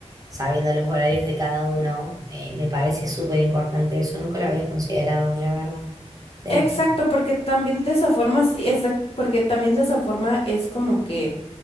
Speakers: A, on the right; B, on the left.
A: sabiendo los horarios de cada uno, eh, me parece súper importante eso. Nunca lo había considerado, la verdad. Dejo.
B: Exacto, porque también de esa forma, sí, exact- porque también de esa forma es como que